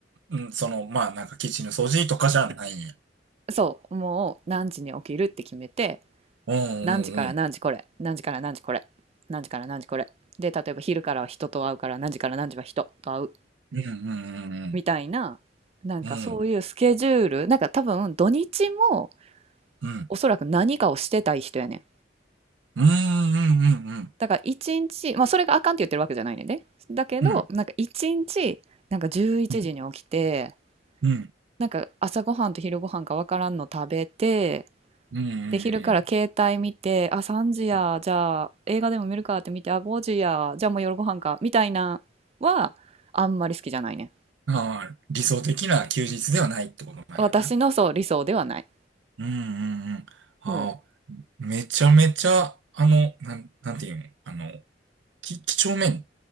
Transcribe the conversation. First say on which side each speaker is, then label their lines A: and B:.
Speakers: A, on the right (about 85°); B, on the right (about 35°).
A: うん、その、まあ、なんかキッチンの掃除とかじゃないんや。
B: そう、もう何時に起きるって決めて、
A: うんうんうん。
B: 何時から何時これ、何時から何時これ、何時から何時これ。で、例えば昼からは人と会うから、何時から何時は人と会う
A: うんうんう
B: みたいな、なんかそういうスケジュール、
A: んうん。うん。
B: なんか多分土日も
A: うん
B: おそらく何かをしてたい人やねん。
A: うんうんうん。
B: だから一日、まあそれがあかんって言ってるわけじゃないねんで。だけど、
A: うん。
B: なんか一日、なんか11時に起きて、
A: うん。うん
B: なんか朝ごはんと昼ごはんかわからんの食べて、
A: うんう
B: で、昼から携帯見て、
A: ん
B: あ、3時や、
A: うん。
B: じゃあ映画でも見るかって見て、あ、5時や、じゃあもう夜ご飯か、みたいなは、あんまり好きじゃないね。
A: ああ、理想的な休日ではないってことなんやな。
B: 私のそう、理想ではない。
A: うんうんうん。ああ、
B: そう。
A: めちゃめちゃ、あの、なん、なんていうの、あの、き、几帳面